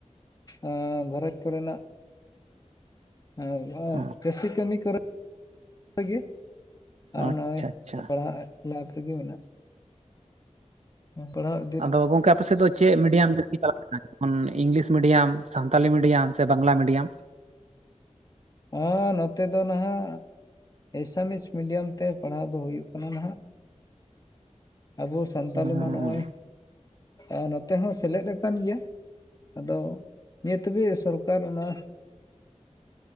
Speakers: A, on the left; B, on the right.
A: ᱮᱸ ᱜᱷᱟᱨᱚᱡᱽ ᱠᱚ ᱨᱮᱱᱟᱜ ᱦᱳᱭ ᱳᱭ
B: ᱦᱚᱸ
A: ᱪᱟᱹᱥᱤ ᱠᱟᱹᱢᱤ ᱠᱚ ᱨᱮ <inaudible> <unintelligible> ᱟᱨ
B: ᱟᱪᱪᱷᱟ
A: ᱱᱚᱜᱼᱚᱭ
B: ᱟᱪᱪᱷᱟ
A: ᱯᱟᱲᱦᱟᱜ ᱞᱟᱠᱷ ᱨᱮ ᱜᱮ ᱢᱮᱱᱟᱜ, ᱯᱟᱲᱦᱟᱜ
B: ᱟᱫᱚ ᱜᱚᱝᱠᱮ ᱟᱯᱮ ᱥᱮᱜ ᱫᱚ ᱪᱮᱫ ᱢᱤᱰᱤᱭᱟᱢ ᱡᱟᱹᱥᱛᱤ ᱪᱟᱞᱟᱜ ᱠᱟᱱᱟ, ᱚᱱ ᱤᱝᱞᱤᱥ ᱢᱤᱰᱤᱭᱟᱢ, ᱥᱟᱱᱛᱟᱞᱤ ᱢᱤᱰᱤᱭᱟᱢ ᱥᱮ ᱵᱟᱝᱞᱟ ᱢᱤᱰᱤᱭᱟᱢ?
A: ᱦᱚᱸ ᱱᱚᱛᱮ ᱫᱚ ᱱᱟᱦᱟᱜ ᱮᱥᱟᱢᱤᱥ ᱢᱤᱰᱤᱭᱟᱢ ᱛᱮ ᱯᱟᱲᱦᱟᱣ ᱫᱚ ᱦᱩᱭᱩᱜ ᱠᱟᱱᱟ ᱱᱟᱦᱟᱜ, ᱟᱵᱚ ᱥᱟᱱᱛᱟᱞᱤ
B: ᱦᱚᱸ
A: ᱢᱟ ᱱᱚᱜᱼᱚᱭ, ᱮᱸ ᱱᱚᱛᱮ ᱦᱚᱸ ᱥᱮᱞᱮᱫ ᱟᱠᱟᱱ ᱜᱮᱭᱟ᱾ ᱟᱫᱚ ᱱᱤᱛ ᱦᱟᱹᱵᱤᱡ ᱥᱚᱨᱠᱟᱨ ᱚᱱᱟ